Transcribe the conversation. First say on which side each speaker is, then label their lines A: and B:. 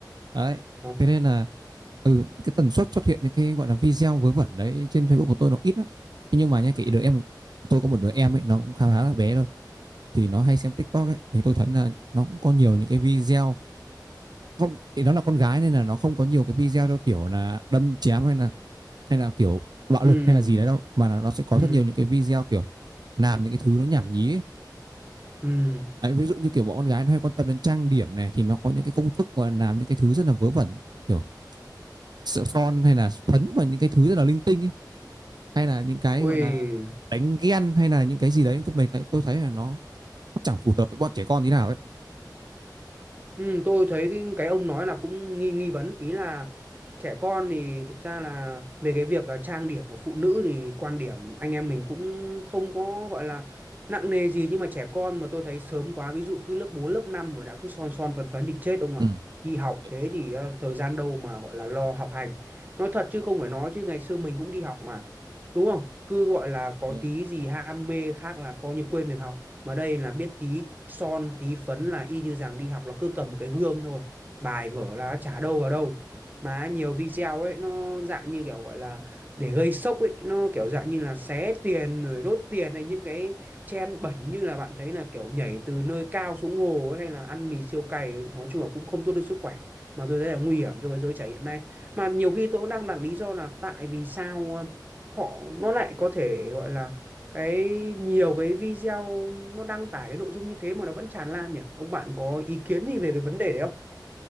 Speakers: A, on the right; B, on the right.
A: đấy
B: à
A: thế nên là ừ, cái tần suất xuất hiện những cái gọi là video vớ vẩn đấy trên Facebook của tôi nó ít lắm Thế nhưng mà nhá cái đứa em tôi có một đứa em ấy nó cũng khá khá là bé thôi thì nó hay xem TikTok ấy thì tôi thấy là nó cũng có nhiều những cái video không thì nó là con gái nên là nó không có nhiều cái video theo kiểu là đâm chém hay là hay là kiểu bạo
B: ừ
A: lực hay là gì đấy đâu mà là nó sẽ có
B: ừ
A: rất nhiều những cái video kiểu làm những cái thứ nó nhảm nhí ấy.
B: ừ
A: Đấy, ví dụ như kiểu bọn con gái nó hay quan tâm đến trang điểm này thì nó có những cái công thức mà làm những cái thứ rất là vớ vẩn kiểu sợ son hay là phấn và những cái thứ rất là linh tinh ấy hay là những cái
B: ui
A: gọi là đánh ghen hay là những cái gì đấy tôi mình thấy tôi thấy là nó chẳng phù hợp với bọn trẻ con tí nào ấy
B: Ừ, tôi thấy cái, cái ông nói là cũng nghi nghi vấn ý là trẻ con thì thực ra là về cái việc à, trang điểm của phụ nữ thì quan điểm anh em mình cũng không có gọi là nặng nề gì nhưng mà trẻ con mà tôi thấy sớm quá ví dụ cứ lớp 4 lớp 5 mà đã cứ son son phấn phấn thì chết ông ạ
A: Ừ,
B: đi học
A: đúng
B: thế
A: rồi,
B: thì à, thời gian đâu mà gọi là lo học hành nói thật chứ không phải nói chứ ngày xưa mình cũng đi học mà đúng không cứ gọi là có
A: đúng rồi.
B: tí gì ham mê khác là coi như quên việc học mà đây là biết tí son tí phấn là y như rằng đi học là cứ cầm một cái gương thôi bài vở là chả đâu vào đâu mà nhiều video ấy nó dạng như kiểu gọi là để gây sốc ấy nó kiểu dạng như là xé tiền rồi đốt tiền hay những cái trend bẩn như là bạn thấy là kiểu nhảy từ nơi cao xuống hồ ấy, hay là ăn mì siêu cay nói chung là cũng không tốt cho sức khỏe mà tôi thấy là nguy hiểm cho cái giới trẻ hiện nay mà nhiều khi tôi cũng đang đặt lý do là tại vì sao ờ, họ nó lại có thể gọi là cái nhiều cái video nó đăng tải cái nội dung như thế mà nó vẫn tràn lan nhỉ ông bạn có ý kiến gì về cái vấn đề đấy không